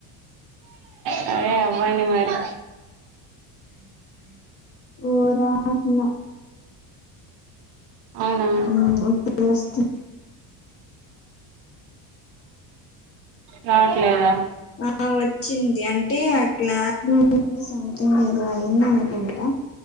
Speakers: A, on the right; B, on the left.
A: సరే అవ్వండి మరి
B: పోరా అట్ల
A: అవునా
B: నా ఉ ఇప్పు చేస్తు
A: రావట్లేదా?
B: ఆ వచ్చింది అంటే ఆ క్లా స్ సంథింగ్ ఏదో అయ్యింది అనుకుంటా,